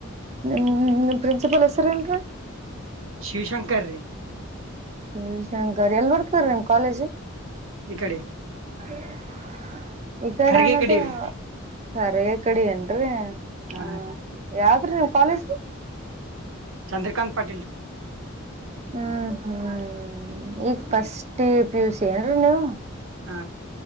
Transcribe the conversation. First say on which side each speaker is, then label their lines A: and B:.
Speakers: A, on the right; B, on the right.
A: ನಿಮ್ ಪ್ರಿನ್ಸಿಪಾಲ್ ಹೆಸರೇಏನ್ರಿೀ
B: ಶಿವಶಂಕರ್ ರೀ
A: ಹ ಶಂಕರ್ ಎಲ್ಲಿ ಬರ್ತಾರ ನಿಮ್ ಕಾಲೇಜ್
B: ಇ ಕಡೆ
A: ಹ ಈ ಕಡೆ
B: ಖರ್ಗೆ
A: ಅನ್ನದೇ
B: ರೀ
A: ಕರೆಯ ಕಡೆ ನ್್ರೀ
B: ಹಾ
A: ಹ
B: ರೀ
A: ಯಾ ಕಾಲೇಜ್
B: ಚಂದ್ರಕಾತ್ ಪಾಟೀಲ್
A: ಹ್ಮ್ ಹ್ಮ್ ಈಗ ಫಸ್ಟ್ ಪ ಯುಸ ಏನ್ರೀ ನೀವು
B: ಹ